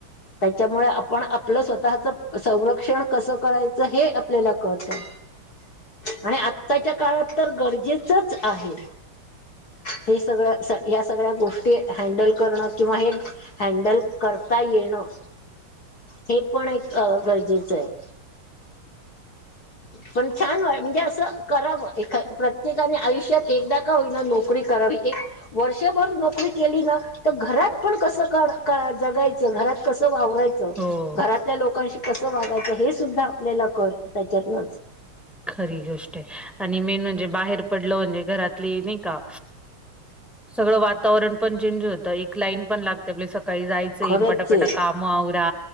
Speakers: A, on the left; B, in the centre.
A: त्याच्यामुळे आपण आपलं स्वतःच संरक्षण कसं करायचं हे आपल्याला कळतं. आणि आत्ताच्या काळात तर गरजेचच आहे. हे सगळं ह्या सगळ्या गोष्टी हँडल करणं किंवा हे हँडल करता येणं हे पण एक गरजेच आहे. पण छान म्हणजे असं करावं एखाद प्रत्येकाने आयुष्यात एकदा का होईना नोकरी नोकरी करावी एक वर्षभर नोकरी केली ना तर घरात पण कस का जगायचं घरात कस वावरायच
B: हो.
A: घरातल्या लोकांशी कसं वागायचं हे सुद्धा आपल्याला कळत त्याच्यातनच.
B: खरी गोष्ट आहे आणि मेन म्हणजे बाहेर पडलं म्हणजे घरातली नाही का सगळं वातावरण पण चेंज होतं एक लाईन पण लागते आप सकाळी जायचं
A: खरंच
B: पटापटा
A: आहे
B: काम म आवरा